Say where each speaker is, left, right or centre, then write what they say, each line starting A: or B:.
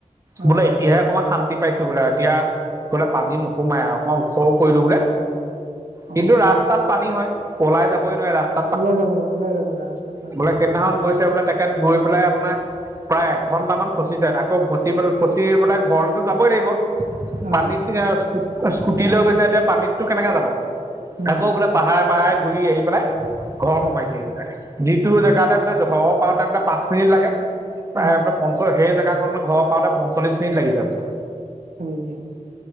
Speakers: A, on the right; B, on the right.
A: অ
B: বোলে এতিয়াহে অকমান শান্তিত পাইছো বোলে এতিয়া বোলে পানী নসোমাই আৰু অকণমান ওখ কৰিলো বোলে।
A: অ
B: কিন্তু ৰাস্তাত পানী হয় ওলাই যাবই নোৱাৰে ৰাস্তা
A: ওলাই যাব না ওলাই যাব ন ৰাস্তাত। পানী
B: বোলে সেইদিনাখন গৈছে বোলে তেখেত গৈ পেলাই আপোনাৰ প্ৰায় এক ঘন্টা মান ফচি যায় আকৌ ফচি পেলাই, ফচি পেলাই ঘৰটো যাবই লাগিব।
A: অ
B: পানীত স্কুটি লৈ গৈছে এতিয়া পানীতটো কেনেকে যাব
A: উম
B: আকৌ বোলে। পাহাৰে, পাহাৰে ঘূৰি আহি পেলাই ঘৰ
A: অ
B: সোমাইছে বিলাক যিটো জেগাতে ঘৰ পাওঁতে বোলে পাঁচ মিনিট লাগে প্ৰায়
A: অ
B: প চ' সেই জেগাখনৰ ঘৰৰ পাওঁতে পঞ্চল্লিছ মিনিট লাগি যাব।
A: হয়।